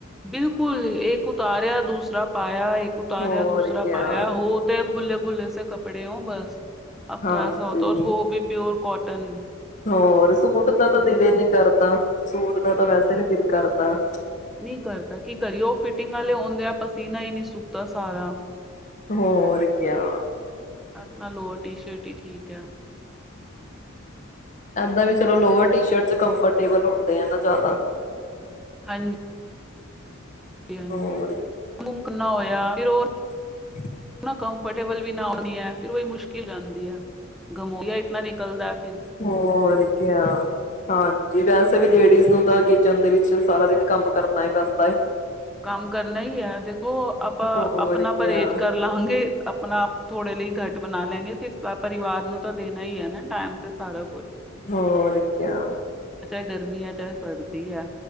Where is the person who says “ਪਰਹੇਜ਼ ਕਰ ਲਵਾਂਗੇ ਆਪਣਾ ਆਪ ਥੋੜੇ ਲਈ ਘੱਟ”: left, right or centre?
Centre